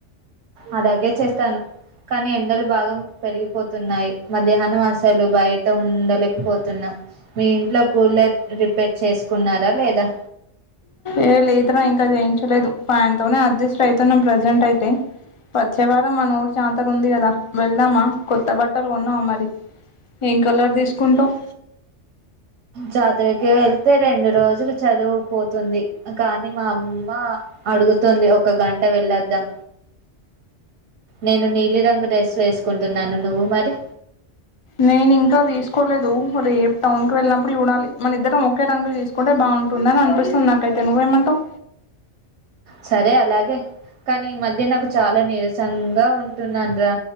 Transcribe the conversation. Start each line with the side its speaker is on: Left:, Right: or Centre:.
Right: అలాగే చేస్తాను కానీ ఎండలు బాగా పెరిగిపోతున్నాయి మధ్యాహ్నం అసలు బయట ఉండలేకపోతున్నాం మీ ఇంట్లో కూలర్ రిపేర్ చేసుకున్నారా లేదా
Left: ఏ లేదురా ఇంకా చేయించలేదు ఫ్యాన్తోనీ అడ్జస్ట్ అవుతన్నాం ప్రెజెంట్ అయితే వచ్చే వారం మన ఊరు జాతర ఉంది కదా వెళ్దామా కొత్త బట్టలు కొన్నావా మరి ఏం కలర్ తీసుకుంటావ్
Right: జాతరకే వె ళ్తే రెండు రోజులు చదువుపోతుంది కానీ మా అమ్మ అడుగుతుంది ఒక గంట వెళ్ళొద్దాం నేను నీలి రంగు డ్రెస్సు వేసుకుంటున్నాను నువ్వు మరి
Left: నేను ఇంకా తీసుకోలేదు రేపు టౌన్ కి వెళ్ళినప్పుడు చూడాలి మన ఇద్దరం ఒకే రంగులు తీసుకుంటే బాగుంటుందని అనిపిస్తుంది నాకైతే నువ్వేమంటావ్
Right: సరే అలాగే కానీ ఈ మధ్య నాకు చాలా నీరసంగా ఉంటున్నానరా